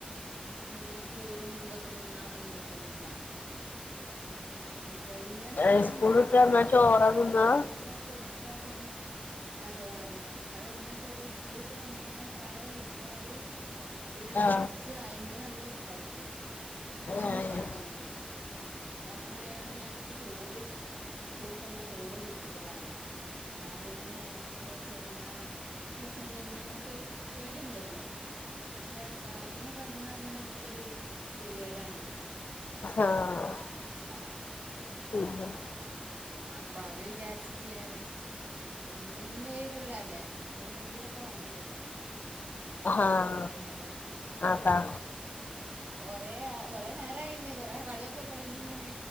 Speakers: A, on the right (about 75°); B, on the left (about 75°).
A: പിന്നെ ചോറും ഇതൊക്കെ തിന്നാ പിന്നെ ഓൽക്കൊന്നും വാണ്ട. പിന്നെ വൈകുന്നേരം ചായ
B: ഏ സ്കൂൾ
A: ഇണ്ടാക്കിട്ടും
B: വിട്ട് വന്നാ
A: കാര്യല്ല
B: ചോറാ തിന്നാ
A: ഇണ്ടാക്കിയാണ്ട് അത് കൊടുത്താ പിന്നെ ആഹ് ചോറാ തിന്നാ അതെന്താച്ചാല് സ്കൂള്ട്ട് വന്നാ ചായ കൊടുത്താല് പിന്നെ അത്
B: ആ
A: കുടിച്ച അയിമലാണ്ട് കടക്കും. പിന്നെ
B: ഏ
A: ഒന്നും വാണ്ട ഓൽക്ക് അപ്പം അങ്ങനായാണ്ട് ഞാനിപ്പ ചോറ് സ്കൂള്ട്ടന്നാ ചോറ് തീറ്റിക്കലാണ്. ഇന്നാ പിന്നെ എന്താച്ചാ പിന്നെ പ്രശ്നല്ല പിന്നെ നമ്മക്കൊര് പേടില്ലല്ലോ മറ്റേ ആ ചായമെ കടന്നാ പിന്നെ നമ്മക്കൊരു കെതിയേടാണ്.
B: ആഹ്
A: ആറ് കളർ ഇൻ
B: <inaudible>
A: അപ്പ അത് വിചാരിച്ചിട്ട് ഞാന് അപ്പ ഇഞ്ഞ് ഇന്ന് ഒഴിവ്ള്ളല്ലേ അപ്പ എന്തെങ്കിലൊക്കെ വാണ്ടിയരും ഇങ്ങനെ
B: ആഹ്.
A: <unintelligible> ങ്ങനെ ഇതാക്കും,
B: അതാ
A: ഇപ്പൊ കൊറേ അ കൊറെ നേരായിണ് കൊറെ കളിയൊക്കെ ഇപ്പൊ കഴിഞ്ഞിങ്ങനെ